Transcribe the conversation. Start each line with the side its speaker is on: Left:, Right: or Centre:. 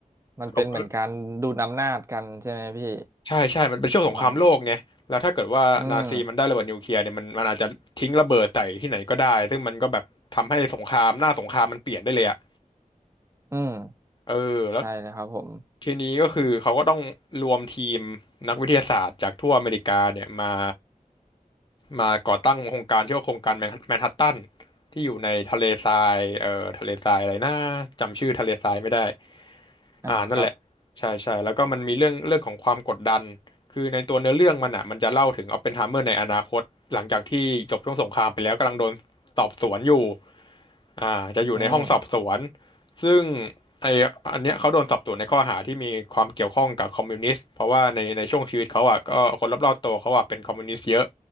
Right: มันเป็นเหมือนการดูดอำนาจกันใช่ไหมพี่
Left: เขาก็ใช่ใช่ มันเป็นช่วงสงครามโลกไงแล้วถ้าเกิดว่านาซีมันได้ระเบิดนิวเคลียร์เนี่ยมันมันอาจจะทิ้งระเบิดใส่ที่ไหนก็ได้
Right: ประมาณอืม
Left: ซึ่งมันก็แบบทำให้สงครามหน้าสงครามมันเปลี่ยนได้เลยอะ
Right: อืม
Left: เออแล้ว
Right: ใช่เลยครับผม
Left: ทีนี้ก็คือเขาก็ต้องรวมทีมนักวิทยาศาสตร์จากทั่วอเมริกาเนี่ยมามาก่อตั้งโครงการชื่อว่าโครงการแมนแมนฮัตตันที่อยู่ในทะเลทรายเอ่อทะเลทรายอะไรนะจำชื่อทะเลทรายไม่ได้
Right: อ่าครับ
Left: อ่านั่นแหละใช่ใช่แล้วก็มันมีเรื่องเรื่องของความกดดันคือในตัวเนื้อเรื่องมันอ่ะมันจะเล่าถึงออปเพนไฮเมอร์ในอนาคตหลังจากที่จบช่วงสงครามไปแล้วกำลังโดนสอบสวนอยู่อ่าจะอยู่ในห้องสอบสวน
Right: อืม
Left: ซึ่ง ไออันเนี้ยเขาโดนสอบสวนในข้อหาที่มีความเกี่ยวข้องกับคอมมิวนิสต์เพราะว่าในในช่วงชีวิตเขาอ่ะก็คนรอบๆตัวเขาอ่ะเป็นคอมมิวนิสต์เยอะ